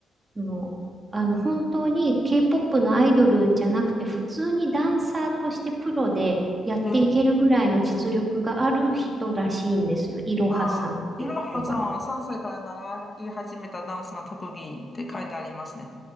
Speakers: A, on the right (about 30°); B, on the left (about 30°).
A: あの、あの本当に K-POP のアイドルじゃなくて普通にダンサーとしてプロでやっていけるぐらいの実力がある人らしいんですよ。
B: えー、
A: いろはさんっていう人が。
B: あー、いろはさんは3歳から習い始めたダンスが特技って書いてありますね。